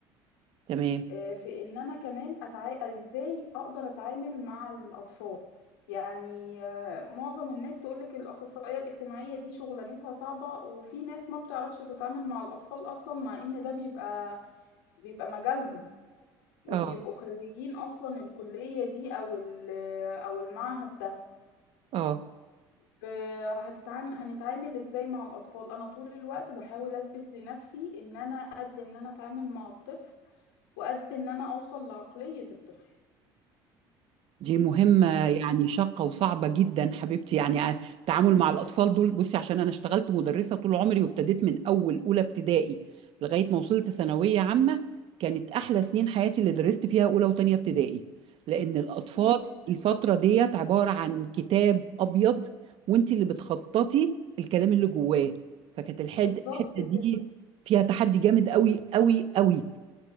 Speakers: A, on the right (about 60°); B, on the left (about 90°).
A: تمام
B: آه، في ان انا كمان أتع... ازاي اقدر اتعامل مع الاطفال يعني آه، معظم الناس تقولك الاخصائية الاجتماعية دي شغلانتها صعبة وفي ناس ما بتعرفش تتعامل مع الاطفال اصلا مع ان ده بيبقى بيبقى مجالهم وبيبقوا
A: اه
B: خريجين اصلا الكلية دي او ال- او المعهد ده
A: اه
B: ف- هتتعام هنتعامل ازاي مع الاطفال انا طول الوقت بحاول اثبت لنفسي ان انا قد ان انا اتعامل مع الطفل وقد ان انا اوصل لعقلية الطفل
A: دي مهمة يعني شاقة وصعبة جدا حبيبتي يعني ع- التعامل مع الأطفال دول بصي عشان أنا اشتغلت مدرسة طول عمري وابتديت من أول أولى ابتدائي لغاية ما وصلت ثانوية عامة كانت أحلى سنين حياتي اللي درست فيها أولى وتانية ابتدائي لأن الأطفال
B: حلو كده
A: في الفترة ديت عبارة عن كتاب أبيض وأنت اللي بتخططي الكلام اللي جواه فكانت الحد-
B: بالظبط
A: الحتة
B: كده
A: دي فيها تحدي جامد قوي قوي قوي